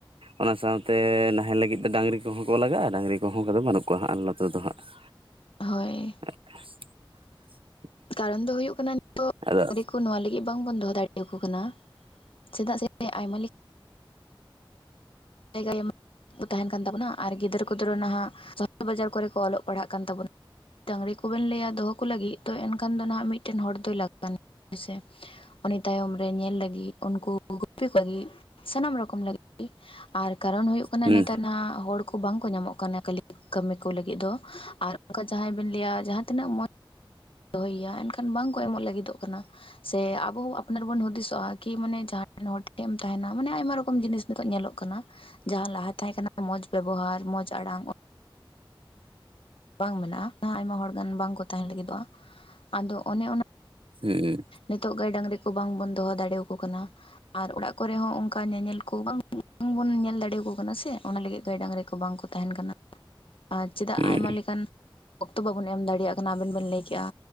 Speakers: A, on the right; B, on the left.
A: ᱚᱱᱟ ᱥᱟᱶᱛᱮ ᱱᱟᱦᱮᱞ ᱞᱟᱹᱜᱤᱫ ᱫᱚ ᱰᱟᱹᱝᱨᱤ ᱠᱚᱦᱚᱸ ᱠᱚ ᱞᱟᱜᱟᱜᱼᱟ ᱰᱟᱹᱝᱨᱤ ᱠᱚᱦᱚᱸ ᱚᱱᱠᱟ ᱫᱚ ᱵᱟᱹᱱᱩᱜ ᱠᱚᱣᱟ ᱦᱟᱸᱜ ᱱᱛᱮ ᱫᱚ ᱦᱟᱸᱜ <inaudible>
B: ᱦᱳᱭ
A: <inaudible>
B: ᱠᱟᱨᱚᱱ ᱫᱚ ᱦᱩᱭᱩᱜ ᱠᱟᱱᱟ
A: ᱟᱫᱚ
B: ᱱᱤᱛᱚᱜ ᱱᱚᱶᱟ ᱞᱟᱹᱜᱤᱫ ᱵᱟᱝᱵᱚᱱ ᱫᱚᱦᱚ ᱫᱟᱲᱮ ᱟᱠᱠᱚ ᱠᱟᱱᱟ ᱪᱮᱫᱟᱜ ᱥᱮ ᱟᱭᱢᱟ ᱞᱮ ᱡᱟᱭᱜᱟ ᱡᱮᱢᱚᱱ ᱛᱟᱦᱮᱱ ᱠᱟᱱ ᱛᱟᱵᱳᱱᱟ ᱟᱨ ᱜᱤᱫᱽᱨᱟᱹ ᱠᱚᱫᱨᱚ ᱱᱟᱦᱟᱜ ᱥᱚᱦᱚᱨ ᱵᱟᱡᱟᱨ ᱠᱚᱨᱮ ᱠᱚ ᱚᱞᱚᱜ ᱯᱟᱲᱦᱟᱜ ᱠᱟᱱ ᱛᱟᱵᱚᱱᱟ ᱰᱟᱝᱽᱤ ᱠᱚᱵᱮᱱ ᱞᱟᱹᱭ ᱫᱚᱦᱚ ᱠᱚ ᱞᱟᱹᱜᱤᱫ ᱛᱚ ᱮᱱᱠᱷᱟᱱ ᱫᱚ ᱱᱟᱦᱟᱜ ᱢᱤᱫᱴᱮᱱ ᱦᱚᱲ ᱫᱚᱭ ᱞᱟᱜ ᱠᱟᱱᱟ ᱦᱮᱥᱮ ᱩᱱᱤ ᱛᱟᱭᱚᱢ ᱨᱮ ᱧᱮᱞ ᱞᱟᱹᱜᱤᱫ ᱩᱱᱠᱩ ᱜᱩᱯᱤ ᱠᱚ ᱞᱟᱹᱜᱤᱫ ᱥᱟᱱᱟᱢ ᱨᱚᱠᱚᱢ ᱞᱟᱹᱜᱤᱫ ᱟᱨ ᱠᱟᱨᱚᱱ ᱦᱩᱭᱩᱜᱜ ᱠᱟᱱᱟ
A: ᱦᱩᱸ
B: ᱱᱮᱛᱟᱨ ᱱᱟ ᱦᱚᱲ ᱵᱟᱝ ᱠᱚ ᱧᱟᱢᱚᱜ ᱠᱟᱱᱟ ᱠᱷᱟᱹᱞᱤ ᱠᱟᱹᱢᱤ ᱠᱚ ᱞᱟᱹᱜᱤᱫ ᱫᱚ ᱟᱨ ᱚᱱᱠᱟ ᱡᱟᱦᱟᱸᱭ ᱵᱮᱱ ᱞᱟᱹᱭᱟ ᱡᱟᱦᱟᱸ ᱛᱤᱱᱟᱹᱜ ᱢᱚ ᱫᱚᱦᱚᱭᱮᱭᱟ ᱮᱱᱠᱷᱟᱱ ᱵᱟᱝᱠᱚ ᱮᱢᱚᱜ ᱞᱟᱹᱜᱤᱫᱚᱜ ᱠᱟᱱᱟ ᱥᱮ ᱟᱵᱚ ᱦᱚᱸ ᱟᱯᱱᱟᱨ ᱵᱚᱱ ᱦᱩᱫᱤᱥᱚᱜᱼᱟ ᱠᱤ ᱢᱟᱱᱮ ᱡᱟᱦᱟᱸ ᱦᱚᱲ ᱴᱷᱮᱱ ᱮᱢ ᱛᱟᱦᱮᱱᱟ ᱢᱟᱱᱮ ᱟᱭᱢᱟ ᱨᱚᱠᱚᱢ ᱡᱤᱱᱤᱥ ᱱᱤᱛᱚᱜ ᱧᱮᱞᱚᱜ ᱠᱟᱱᱟ ᱡᱟᱦᱟᱸ ᱞᱟᱦᱟ ᱛᱟᱦᱮᱸ ᱠᱟᱱᱟ ᱢᱚᱸᱡᱽ ᱵᱮᱵᱚᱦᱟᱨ ᱢᱚᱸᱡᱽ ᱟᱲᱟᱝ ᱵᱟᱝ ᱢᱮᱱᱟᱜᱼᱟ ᱟᱭᱢᱟ ᱦᱚᱲ ᱜᱟᱱ ᱵᱟᱝᱠᱚ ᱛᱟᱦᱮᱸᱱ ᱞᱟᱹᱜᱤᱫᱚᱜᱼᱟ ᱟᱫᱚ ᱚᱱᱮ ᱚᱱᱟ
A: ᱦᱩᱸ
B: ᱱᱤᱛᱚᱜ ᱜᱟᱹᱭ ᱰᱟᱝᱨᱤ ᱠᱚ ᱵᱟᱝᱵᱚᱱ ᱫᱚᱦᱚ ᱫᱟᱲᱮᱭᱟᱠᱚ ᱠᱟᱱᱟ ᱟᱨ ᱚᱲᱟᱜ ᱠᱚᱨᱮ ᱦᱚᱸ ᱚᱱᱠᱟ ᱧᱮᱧᱮᱞ ᱠᱚ ᱵᱟᱝ ᱵᱟᱝ ᱵᱚᱱ ᱧᱮᱞ ᱫᱟᱲᱮᱭᱟᱠᱚ ᱠᱟᱱᱟ ᱥᱮ ᱚᱱᱟ ᱞᱟᱹᱜᱤᱫ ᱜᱟᱹᱭ ᱰᱟᱝᱨᱤ ᱠᱚ ᱵᱟᱝ ᱠᱚ ᱛᱟᱦᱮᱱ ᱠᱟᱱᱟ ᱟᱨ ᱪᱮᱫᱟᱜ
A: ᱦᱩᱸ
B: ᱟᱭᱢᱟ ᱞᱮᱠᱟᱱ ᱚᱠᱛᱚ ᱵᱟᱵᱚᱱ ᱮᱢ ᱫᱟᱲᱮᱭᱟᱜ ᱠᱟᱱᱟ ᱟᱵᱮᱱ ᱵᱮᱱ ᱞᱟᱹᱭ ᱠᱮᱜᱼᱟ